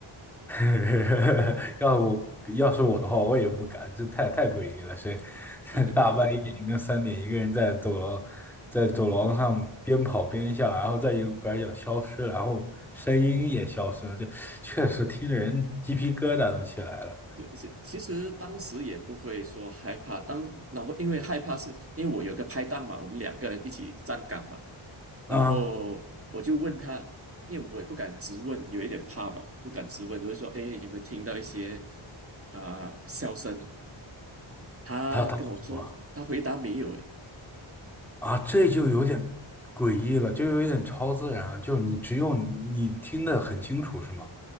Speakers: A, in the centre; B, on the right (about 25°).
A: <laughs> 要我要是我的话，我也不敢，这太太诡异了。谁 <laughs>
B: 对对对，
A: 大半夜凌晨三点一个人在走廊在走廊上边跑边笑，
B: 嗯。
A: 然后在一个拐角消失了然后声音也消失了，这确实听着人鸡皮疙瘩都起来了
B: 对，是其实当时也不会说害怕，当然后因为害怕是因为我有个拍档嘛，我们两个人一起站岗嘛，然后我就问他，
A: 啊！
B: 因为我也不敢直问，有一点怕嘛，不敢直问，就会说，哎，有没有听到一些啊、笑声呢？他跟我说，
A: 他他说什么？
B: 他回答没有，
A: 啊，这就有点诡异了，就有点超自然了，就是你只有你听得很清楚，是吗？